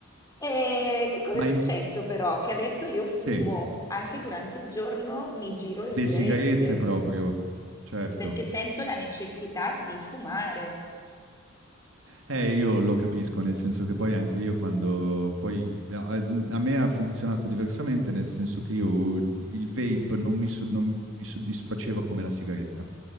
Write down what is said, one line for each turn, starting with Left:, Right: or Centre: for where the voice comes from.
Left: E che cosa
Right: ma
Left: è successo
Right: in-
Left: però? Che adesso io fumo,
Right: sì,
Left: anche durante il giorno mi giro le
Right: le
Left: sigarette,
Right: sigarette proprio, certo.
Left: perché sento la necessità di fumare.
Right: Eh, io lo capisco, nel senso che poi anche io quando poi eh, a, a me ha funzionato diversamente, nel senso che io il vape non mi, so- non mi soddisfaceva come la sigaretta.